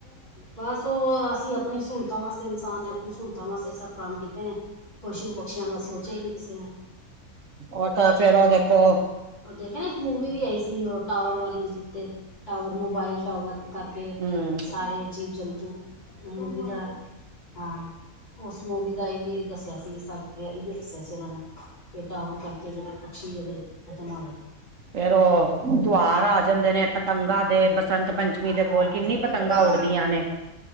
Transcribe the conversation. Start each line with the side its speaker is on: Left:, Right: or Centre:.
Left: ਬਸ ਓ ਅਸੀਂ ਆਪਣੀ ਸੂਲਤਾਂ ਵਾਸਤੇ ਇਨਸਾਨ ਨੇ ਆਪਣੀ ਸੂਲਤਾਂ ਵਾਸਤੇ ਸਭ ਕੰਮ ਕੀਤੇ ਨੇ। ਪਸ਼ੂ-ਪਕਸ਼ੀਆਂ ਦਾ ਸੋਚਿਆ ਈ ਨੀ ਕਿਸੇ ਨੇ।
Right: ਓ ਫੇਰ ਓ ਦੇਖੋ।
Left: ਓ ਦੇਖਿਆ ਨਾ ਇੱਕ ਮੂਵੀ ਵੀ ਆਈ ਸੀ, ਓ ਟਾਵਰ ਵਾਲੀ ਜਿੱਥੇ ਟਾਵਰ ਮੋਬਾਇਲ ਟਾਵਰ ਕਰਕੇ
Right: ਹਮ
Left: ਸਾਰੇ ਜੀਵ-ਜੰਤੂ, ਮੂਵੀ ਦਾ ਹਾਂ, ਓਸ ਮੂਵੀ ਦਾ ਏ ਵੀ ਦੱਸੇਆ ਸੀ ਸਬ ਏਈਓ ਦੱਸੇਆ ਸੀ ਓਨਾਂ ਨੇ ਏ ਟਾਵਰ ਕਰਕੇ, ਜੇੜੇ ਪਕਸ਼ੀ ਜੇੜੇ ਖਤਮ ਹੋ ਰਏ ਨੇ।
Right: ਫੇਰ ਓ, ਤੁਆਰ ਆ ਜਾਂਦੇ ਨੇ ਪਤੰਗਾਂ ਦੇ ਬਸ ਬਸੰਤ ਪੰਚਮੀ ਦੇ
Left: ਹਾਂ
Right: ਕੋਲ ਕਿੰਨੀ ਪਤੰਗਾਂ ਉੱਡਦੀਆਂ ਨੇ।